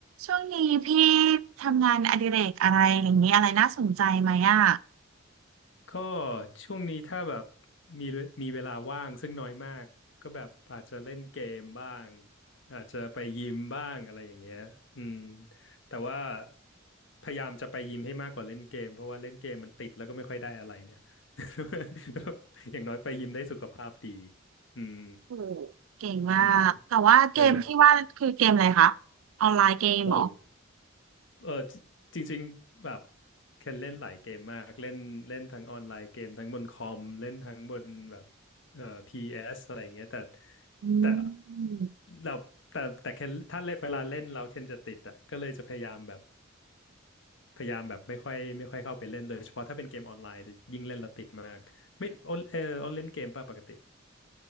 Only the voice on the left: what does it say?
ก็ช่วงนี้ถ้าแบบมีมีเวลาว่างซึ่งน้อยมากก็แบบอาจจะเล่นเกมบ้างอาจจะไปยิมบ้างอะไรอย่างเงี้ยอืมแต่ว่าพยายามจะไปยิมให้มากกว่าเล่นเกมเพราะว่าเล่นเกมมันติดแล้วก็ไม่ค่อยได้อะไรเนี่ย <laughs> อย่างน้อยไปยิมได้สุขภาพดีอืม
อืมเออ
โอ้โหเออจจริงๆแบบเคนเล่นหลายเกมมากเล่นเล่นทั้งออนไลน์เกมทั้งบนคอมเล่นทั้งบนแบบเอ่อพีเอสอะไรอย่างเงี้ยแต่
แต่เราแต่แต่เคนถ้าเล่นเวลาเล่นเราเคนจะติดอ่ะก็เลยจะพยายามแบบพยายามแบบไม่ค่อยไม่ค่อยเข้าไปเล่นโดยเฉพาะถ้าเป็นเกมออนไลน์จะยิ่งเล่นเราติดมากไม่ออนเออออนเล่นเกมป่ะปกติ